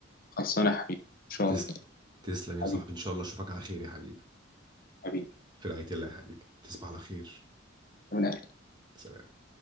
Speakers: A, on the left; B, on the right.
A: خلصانه يا حبيبي ان شاء
B: تسلم
A: الله
B: تسلم يا
A: حبيبي
B: صاحبي ان شاء الله اشوفك على خير يا حبيبي
A: حبيبي
B: في رعايه الله يا حبيبي تصبح على خير
A: من
B: سلام